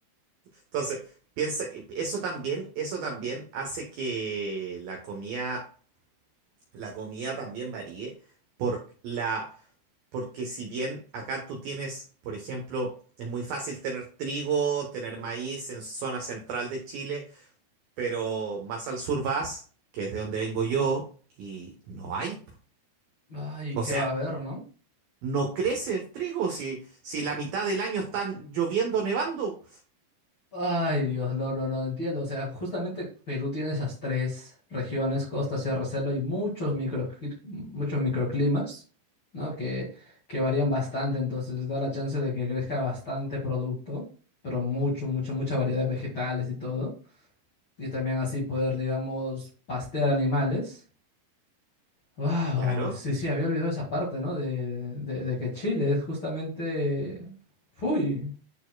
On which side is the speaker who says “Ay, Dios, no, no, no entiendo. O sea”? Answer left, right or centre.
Left